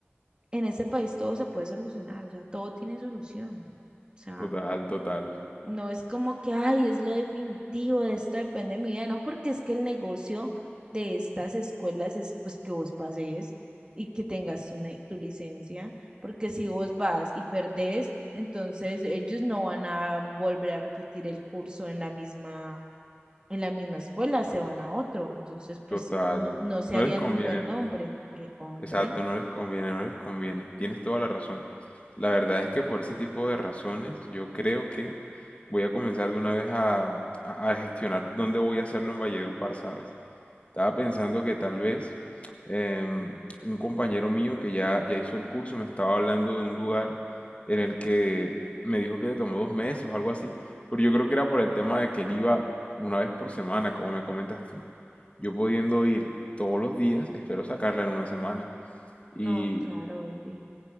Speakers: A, on the right (about 20°); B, on the left (about 30°).
A: en ese país todo se puede solucionar, o sea, todo tiene solución. O sea,
B: Total, total,
A: No es como que, ay, es lo definitivo, de esto depende de mi vida, no, porque es que el negocio de estas escuelas es pues que vos pases y que tengas tu, ne- tu licencia, porque si vos vas y perdés, entonces ellos no van a volver a repetir el curso en la misma, en la misma escuela, se van a otro, entonces pues
B: total.
A: no, no se
B: No
A: harían
B: les conviene,
A: un buen nombre, eh, hombre.
B: Exacto, no les conviene, no les conviene. Tienes toda la razón. La verdad es que por ese tipo de razones yo creo que voy a comenzar de una vez a, a- a gestionar dónde voy a hacerlo en Valledupar, ¿sabes? Estaba pensando que tal vez em, un compañero mío que ya, ya hizo el curso me estaba hablando de un lugar en el que me dijo que le tomó dos meses o algo así, pero yo creo que era por el tema de que él iba una vez por semana, como me comentas tú. Yo pudiendo ir todos los días, espero sacarla en una semana. Y
A: No, claro, baby.